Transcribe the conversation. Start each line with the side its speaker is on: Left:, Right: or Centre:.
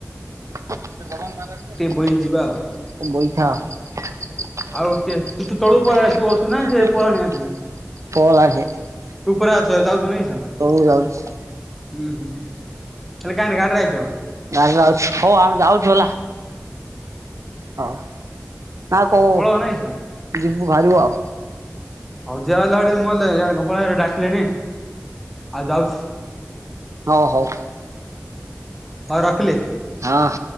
Right: ବଇଥା।
Centre: ବହି ଯିବା ଆଉ।
Right: ପଳେଇ ଆସେ।
Centre: ଆଉ କିଏ ତୁ ତୁ ତଳକୁ ପଳା ତୁ ଅଛୁ ନା ସେ ପଳାଣି
Right: ହୋଉ
Centre: ଆଗକୁ
Right: ଯାଉଛି।
Centre: ତୁ ଉପରେ ଅଛୁ ଯାଉଛୁ ନାଇଁ କିସ? ହୁଁ ହୁଁ। ହେଲେ କାହିଁରେ ଗାଡିରେ ଆଇଛ
Right: ଗାଁ ଯାଉଛି ହଉ ଆମେ ଯାଉଛୁ ହେଲା। ହଉ ନା କହୁ
Centre: ପଳଉ ନାଇଁଛ
Right: ଯିବୁ ବାହାରିବୁ ଆଉ।
Centre: ହଉ ଯିଆ ହେଲାଡି ମୁଁ ହେଲେ ଗୋପାଳ ହେଇକା ଡାକିଲେଣିି ଆଉ ଯାଉଛି।
Right: ହଉ ହଉ।
Centre: ହଉ ରଖିଲି।
Right: ହଁ।